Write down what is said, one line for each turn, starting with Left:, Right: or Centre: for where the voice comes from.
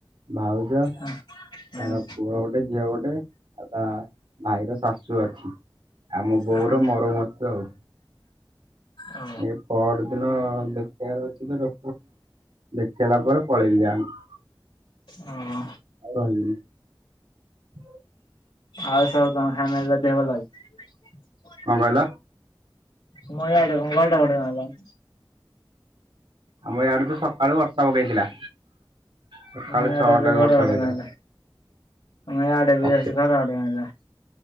Right: ଭାଉଜ ତାର
Left: ହଁ ହଁ
Right: ପୁଅ ଗୋଟେ ଝିଅ ଗୋ ଟେ ଆଉ ତା ଭାଇର ଶାଶୁ ଚୁଆକ୍ଷୀ। ଆମ ବୋଉର
Left: ହଁ
Right: ମୋର ମତ ତ ଆଉ।
Left: ଓ
Right: ଏ ପଅର ଦିନ ଦେଖିବାର ଅଛି ତ ର ଦେଖେଇଲା ପରେ ପଳେଇବି ଗାଁକୁ।
Left: ହଁ।
Right: ଆଉ <inaudible>
Left: ଆଉ ସବୁ ତମ ଫାମିଲ ର ଦେହ ଭଲ ଅଛି।
Right: କଣ କହିଲ।
Left: ଆମ ଇଆଡ଼େ କଣ ଘଡ ଘଡି ମାରିଲାନି।
Right: ଆମ ଇଆଡେ ତ ସକାଳୁ ବର୍ଷା ପକେଇଥିଲା। ସକାଳୁ
Left: ଆମ ଇଆଡେ
Right: ଛଅଟାରୁ
Left: ଏବେ ଘଡଘଡି
Right: ବର୍ଷା ପକେଇଥିଲା।
Left: ମାଇଲା। ଆମ ଆଡେ
Right: ପକେ
Left: ବି ଏସି ଘଡ ଘଡି ମାଇଲା।